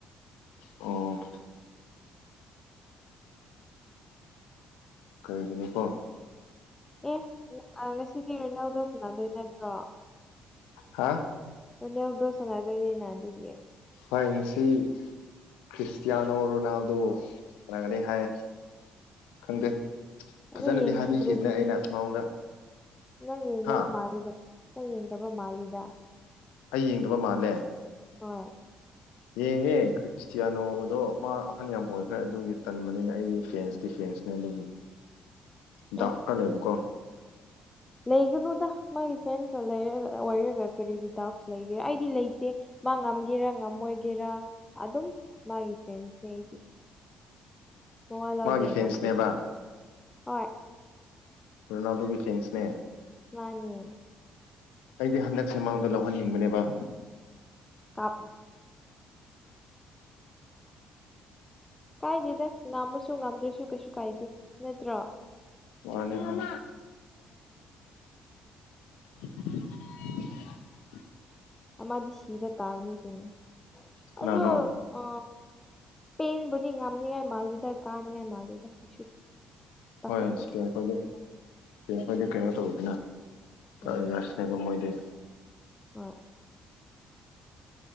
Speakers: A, on the left; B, on the left.
A: ꯑꯣ ꯀꯩꯒꯤꯅꯣꯀꯣ
B: ꯑꯦ ꯑꯥ ꯉꯁꯤꯗꯤ ꯔꯣꯅꯥꯜꯗꯣ ꯁꯅꯥꯗꯣꯏ ꯅꯠꯇ꯭ꯔꯣ
A: ꯍꯥ
B: ꯔꯣꯅꯦꯜꯗꯣ ꯁꯥꯟꯅꯗꯣꯏꯅꯤꯅ ꯑꯗꯨꯒꯤ
A: ꯍꯣꯏ ꯉꯁꯤ ꯈ꯭ꯔꯤꯁꯇꯤꯌꯥꯅꯣ ꯔꯣꯅꯥꯜꯗꯣ ꯁꯅꯥꯒꯅꯤ ꯍꯥꯏ ꯈꯪꯗꯦ
B: ꯑꯗꯣ
A: ꯐꯖꯅꯗꯤ
B: ꯌꯦꯡꯕꯤꯗ꯭ꯔꯦꯗꯨꯗꯤ
A: ꯍꯥꯏꯕꯤꯈꯤꯕꯅꯦ ꯑꯩꯅ ꯃꯉꯣꯟꯗ
B: ꯅꯪ ꯌꯦꯡꯗꯕ
A: ꯍꯥ
B: ꯃꯥꯜꯂꯤꯗ ꯅꯪ ꯌꯦꯡꯗꯕ ꯃꯥꯜꯂꯤꯗ
A: ꯑꯩ ꯌꯦꯡꯗꯕ ꯃꯥꯜꯂꯦ
B: ꯍꯣꯏ
A: ꯌꯦꯡꯉꯦ ꯏꯁꯇꯤꯌꯥꯅꯣꯗꯣ ꯃꯥ ꯑꯍꯟ ꯌꯥꯝ ꯑꯣꯏꯈ꯭ꯔꯦ ꯑꯗꯨꯒꯤ ꯇꯟꯕꯅꯤꯅ ꯑꯩꯒꯤ ꯐꯦꯟꯁꯇꯤ ꯐꯦꯟꯁꯅꯦ ꯑꯗꯨꯒꯤ ꯗꯥꯎ
B: ꯑꯦ
A: ꯈꯔ ꯂꯩꯕꯀꯣ
B: ꯂꯩꯒꯅꯨꯗ ꯃꯥꯒꯤ ꯐꯦꯟꯁꯇ ꯂꯩꯔ ꯑꯣꯏꯔꯒ ꯀꯔꯤꯒꯤ ꯗꯥꯎꯠꯁ ꯂꯩꯒꯦꯔ ꯑꯩꯗꯤ ꯂꯩꯇꯦ ꯃꯥ ꯉꯝꯒꯦꯔꯥ ꯉꯝꯃꯣꯏꯒꯦꯔꯥ ꯑꯗꯨꯝ ꯃꯥꯒꯤ ꯐ꯭ꯔꯦꯟꯁꯅꯦ ꯑꯩꯗꯤ ꯃꯋ ꯂꯧꯗꯦ
A: ꯃꯥꯒꯤ ꯐꯦꯟꯁꯅꯦꯕ
B: ꯉꯝꯗ꯭ꯔꯁꯨ ꯌꯥꯏ ꯍꯣꯏ
A: ꯔꯣꯅꯥꯜꯗꯣꯒꯤ ꯐꯦꯡꯁꯅꯦ
B: ꯃꯅꯦ
A: ꯑꯩꯗꯤ ꯍꯟꯗꯛꯁꯦ ꯃꯥꯡꯗ ꯂꯧꯍꯟꯅꯤꯡꯕꯅꯦꯕ
B: ꯀꯥꯄ ꯀꯥꯏꯗꯦꯗ ꯉꯥꯝꯃꯁꯨ ꯉꯥꯝꯗ꯭ꯔꯁꯨ ꯀꯩꯁꯨ ꯀꯥꯏꯗꯦ ꯅꯠꯇ꯭ꯔꯣ
A: ꯃꯅꯤ ꯍꯣꯏ <unintelligible>
B: ꯃꯥꯗꯤ ꯁꯤꯕ ꯇꯥꯕꯅꯤ ꯀꯩꯅꯣ
A: ꯀꯅꯥꯅꯣ
B: ꯑꯗꯣ ꯑ ꯄꯦꯟꯕꯨꯗꯤ ꯉꯝꯅꯤꯡꯉꯥꯏ ꯃꯥꯜꯁꯤꯗ ꯀꯥꯅꯤꯡꯉꯥꯏ ꯃꯥꯁꯤꯗ ꯀꯩꯁꯨ ꯄꯥꯈꯠꯇꯦ
A: ꯍꯣꯏ ꯏꯁꯄꯦꯝ ꯈꯣꯏꯗ ꯏꯁꯄꯦꯝꯈꯣꯏꯗꯤ ꯀꯩꯅꯣ ꯇꯧꯕꯗꯅ ꯐꯁꯤ
B: ꯎꯝ
A: ꯍꯥꯏꯕ ꯃꯣꯏꯗꯤ
B: ꯍꯣꯏ